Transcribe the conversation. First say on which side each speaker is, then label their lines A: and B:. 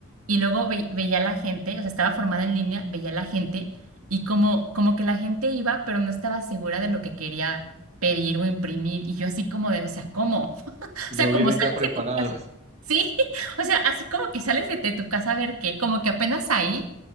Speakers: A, on the right; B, on the right.
A: y luego ve- veía a la gente, o sea, estaba formada en línea, veía a la gente y como, como que la gente iba, pero no estaba segura de lo que quería pedir o imprimir. Y yo así como de, o sea, ¿cómo? <laughs>
B: No
A: O sea, como
B: vienen
A: sales
B: ya preparados.
A: de tu casa.
B: <laughs>
A: Sí, <laughs> o sea, así como que sales de, de tu casa a ver qué, como que apenas ahí